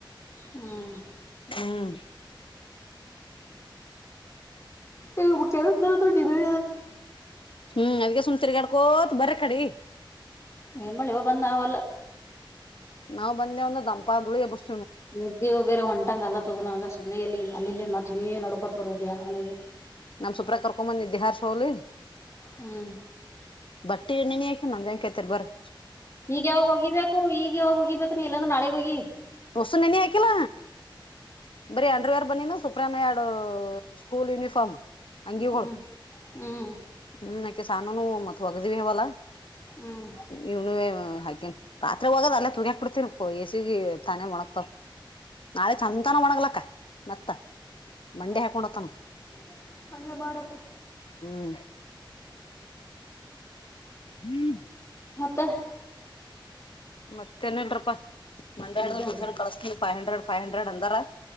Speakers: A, on the left (about 35°); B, on the left (about 80°).
A: ಹ್ಮ್
B: ಹ್ಮ್
A: ಇ ಕೆಲ ಡಿಮೆ
B: ಹ್ಮ್ ಅದ್ಗ ಸುಮ್ ತಿರ್ಗಾಡ್ಕೋತ್ ಬರ ಕಡಿ
A: ಏನ್ ಮಾಡಳಿ ಬಂದ್ ನಲ್ಲ
B: ನಾವವು ಬಂದೆ ಒಂದು ದಂಪಾದಳಿ ಎ ಬಸ್
A: ನಿದ್ದೆ ಬೇರೆ ಹೊಂಟಂಗ್ ಅಲತ್ತದ ನನಗೆ ಸುಮ್ಮನೆ ಎಲ್ಲಿ ಈಗ ಅಲ್ಲಿ ಇ ಮತ್ತತ್ ನಡ್ಕೋತ್ ಬರೋಗ ಅವ
B: ನಮ್ ಸುಪ್ರ ಕರ್ಕೊಂಬಂದಿದ್ದಿ ಹಾರ್ ಶೌಲಿ
A: ಹ್ಮ್
B: ಬಟ್ಟಿ ಎಣ್ಣಿ ಯಾಕ ನಂದಂಗಕಾಯಯತರ್ ಬರರಿ
A: ಈಗ ಯಾವಾಗ ಹೋಗಿಬೇಕು ಈಗ ಯಾವಾಗ ಹೋಗಿಬೇಕು ನೀ ಇಲ್ಲಾಂದ ನಾಳೆಗ್ ಹೋಗಿ
B: ಹೊಸನ್ ಎನ ಆಯಕಲ ಬರೀ ಅಂಡರ್ವೇರ್ ಬನ್ನಿನ ಸುಪ್ರಾನ ಎರಡು ಸ್ಕೂಲ್ ಯುನಿಫಾರ್ಮ್. ಹಂಗಿಗಗಳು
A: ಹ್ಮ್ ಹ್ಮ್
B: ಹ್ಮ್ ಯಾಕೆ ಸಾನುನು ಮತ್ ಒಗ್ದಿವವಿ ಹವಲ್ಲಾ.
A: ಹ್ಮ್
B: ಇವನೇ ಹಾಕಿ ರಾತ್ರಿ ಹೋಗದ ಅಲ್ಲೇ ತುಗಾಕ್ ಬಿಡ್ತೀನ ಎಸಿಗೆ ತಾನೆ ಮಣಕ್ತವ ನಾಳೆ ಚಂದ. ಒಣಗ್ಲಕ್ಕ ಮತ್ತ. ಮಂಡೆ
A: ಆಯ್ತಾ
B: ಹಾಕೊಂಡತಾನ
A: ಹ್ಮ ಹಾಗಂಗೆ ಬಾಡತ್ರ.
B: ಹ್ಮ್ ಹ್ಮ್.
A: ಕುತ್ತ.
B: ಮತ್ತೇನ್ ಇಲ್ರಪ್ಪಾ ಮಂಡ್ಯಾಡದ
A: ನಿದ್ದೆ ಹೊಂಟದ
B: ಟ್ಯೂಷನ್ ಕಳಸ್ತೀಿ ಫೈವ್ ಹಂಡ್ರೆಡ್ ಫೈವ್ ಹಂಡ್ರೆಡ್ ಅಂದಾರ